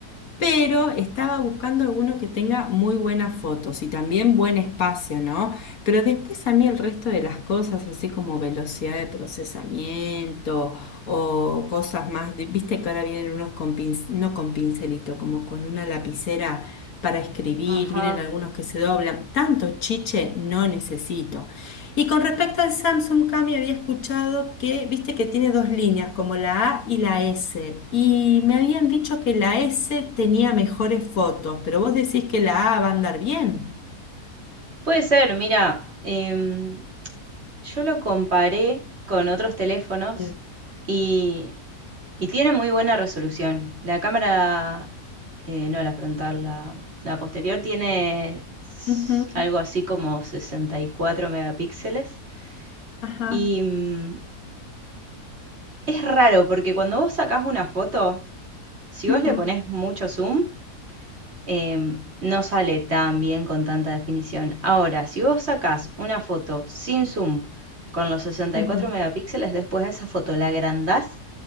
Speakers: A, on the left; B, on the right.
A: pero estaba buscando alguno que tenga muy buenas fotos y también buen espacio, ¿no? Pero después a mí el resto de las cosas, así como velocidad de procesamiento o cosas más, de- viste que ahora vienen unos con pinc- no con pincelito, como con una lapicera para escribir,
B: Ajá.
A: vienen algunos que se doblan, tanto chiche no necesito. Y con respecto al Samsung Cami, había escuchado que, viste que tiene dos líneas, como la A y la S. Y me habían dicho que la S tenía mejores fotos, pero vos decís que la A va a andar bien.
B: Puede ser, mira, em, yo lo comparé con otros teléfonos
A: Sí.
B: y, y tiene muy buena resolución. La cámara, eh, no la frontal, la, la posterior tiene s-
A: Ujú,
B: algo así como 64 megapíxeles.
A: Ajá.
B: Y mm, es raro porque cuando vos sacás una foto, si
A: ujú,
B: vos le ponés mucho zoom, em, no sale tan bien con tanta definición. Ahora, si vos sacás una foto sin zoom con los 64
A: ujú,
B: megapíxeles, después a esa foto la agrandás